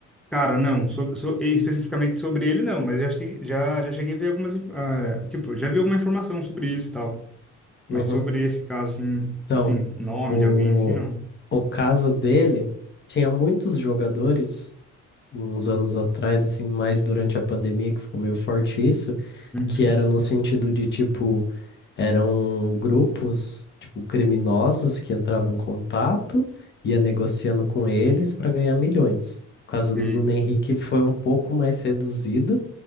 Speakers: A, in the centre; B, on the left.
A: Cara, não, so, so- especificamente sobre ele, não, mas já, che- já, já cheguei a ver algumas. inf- ah, tipo, já vi alguma informação sobre isso e tal.
B: Uhum.
A: Mas sobre esse caso, assim,
B: Então,
A: assim, nome
B: o,
A: de alguém, assim, não.
B: o caso dele tinha muitos jogadores, uns anos atrás, assim, mais durante a pandemia, que ficou meio forte isso
A: Uhum.
B: que era no sentido de, tipo, eram grupos, tipo, criminosos que entravam em contato, ia negociando com eles para ganhar milhões. O caso
A: Sei.
B: do Bruno Henrique foi um pouco mais reduzido,